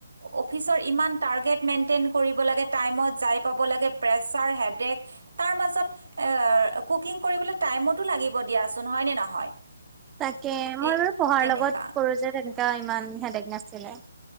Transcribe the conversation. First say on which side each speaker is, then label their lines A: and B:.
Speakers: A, on the right (about 80°); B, on the right (about 15°).
A: অফিচৰ ইমান টাৰ্গেট মেইনটেইন কৰিব লাগে টাইমত যাই পাব লাগে প্ৰেছাৰ হেডেক তাৰ মাজত এ-এ কুকিং কৰিবলৈ টাইমতো লাগিব দিয়াচোন হয়নে নহয়।
B: তাকে মই
A: এ
B: বাৰু পঢ়া।
A: তেনেকা
B: লগত কৰো যে তেনেক তেও ইমান হেদেক নাছিলে